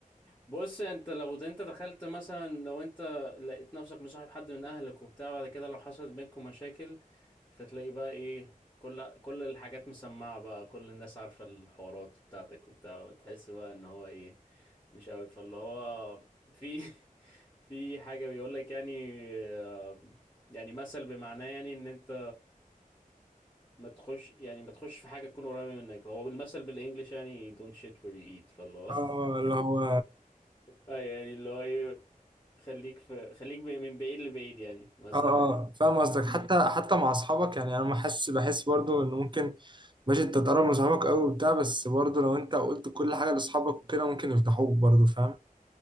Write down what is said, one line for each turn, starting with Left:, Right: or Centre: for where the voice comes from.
Left: بص انت لو انت دخلت مثلا لو انت لقيت نفسك مصاحب حد من اهلك وبتاع بعد كده لو حصلت بينكم مشاكل فتلاقي بقى ايه كل كل الحاجات مسمعة بقى كل الناس عارفة الحوارات بتاعتك وبتاع تحس بقى ان هو ايه مش قوي فاللي هو في <laughs> في حاجة بيقول لك يعني آه، يعني مثل بمعناه يعني ان انت ما تخش يعني ما تخش في حاجة تكون قريبة منك هو المثل بالانجلش يعني don't shit where you eat فاللي هو
Right: اه
Left: <laughs>
Right: اللي هو
Left: اه يعني اللي هو ايه خليك في خليك ب- من بعيد لبعيد يعني مثلا
Right: اه اه فاهم قصدك حتى
Left: امم
Right: حتى مع اصحابك يعني انا بحس بحس برضو ان ممكن ماشي انت تقرب من صحابك قوي وبتاع بس برضو لو انت قلت كل حاجه لاصحابك وكده ممكن يفضحوك برضو فاهم